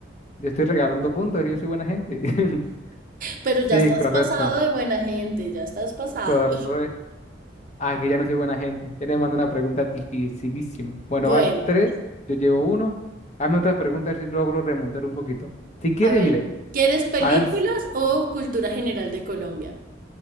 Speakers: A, on the left; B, on the right.
A: Yo estoy regalando puntos, yo soy buena gente. <laughs>
B: Pero ya
A: Sí,
B: estás
A: correcto.
B: pasado de buena gente, ya estás pasado.
A: Correcto. Ah, que ya no soy buena gente. Ya le mando una pregunta dificilísima. Bueno,
B: Bueno,
A: vas tres, yo llevo uno. Hazme otra pregunta a ver si logro remontar un poquito. Si quiere,
B: A ver,
A: mire,
B: ¿quieres películas
A: a ver s-
B: o cultura general de Colombia?